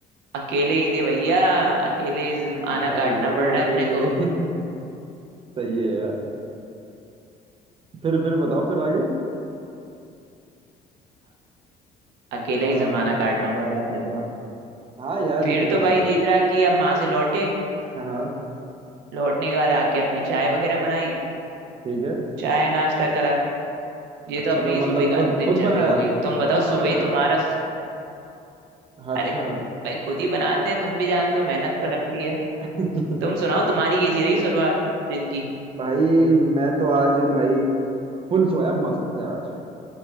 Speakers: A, on the right; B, on the right.
A: अकेले ही थे भैया अकेले ही आना
B: हेलो
A: काटना पड़ रहा
B: अकेले
A: है अपने को
B: <laughs> सही है यार फिर फिर बताओ फिर आगे
A: अकेले
B: हाँ
A: ही
B: हाँ
A: जमाना
B: बताओ
A: काटना पड़ रहा है अपने को तो
B: हाँ यार
A: फिर
B: ये तो
A: तो भाई
B: है
A: ये रहा कि अब वहां से लौटे
B: हाँ हाँ
A: लौटने के बाद आके अपनी चाय वगैरह बनाई
B: ठीक है
A: चाय नाश्ता करा ये
B: अच्छा
A: तो अपनी
B: तो मतलब
A: सुबह का
B: खुद
A: दिनचर्या
B: खुद बनाया
A: हो गई तुम बताओ
B: खुद बनाया
A: सुबह तुम्हारा
B: अच्छा
A: अरे भाई खुद ही बनाते हैं तुम भी जानते हो मेहनत तो लगती है
B: <laughs>
A: तुम सुनाओ तुम्हारी कैसी रही शुरुआत दिन की
B: भाई मैं तो आज भाई फुल सोया मस्त से आज